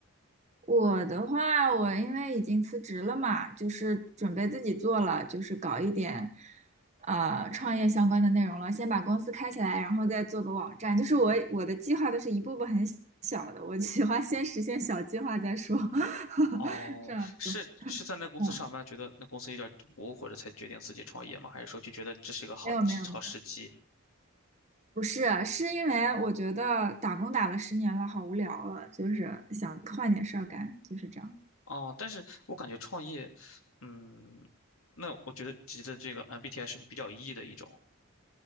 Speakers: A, on the right; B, on the left.
A: 我的话，我因为已经辞职了嘛，就是准备自己做了，就是搞一点，呃，创业相关的内容了。先把公司开起来，然后再做个网站。就是我我的计划都是一步步很小的，我喜欢先实现小计划再说，<laughs>
B: 哦，
A: 这样子。
B: 是是在那公司上班，
A: 嗯，
B: 觉得那公司有点毒，或者才决定自己创业吗？还是说就觉得这是一个好好时机？
A: 没有没有没有，不是，是因为我觉得打工打了十年了，好无聊了，就是想换点事儿干，就是这样。
B: 哦，但是我感觉创业，嗯，那我觉得姐姐的这个 MBTI 是不是比较 E 的一种？